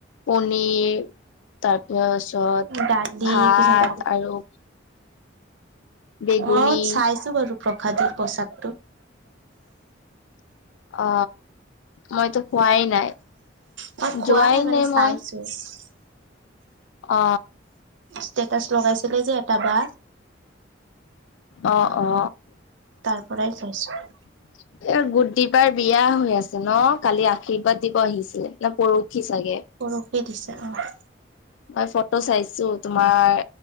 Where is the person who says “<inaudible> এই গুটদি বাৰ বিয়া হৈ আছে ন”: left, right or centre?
Left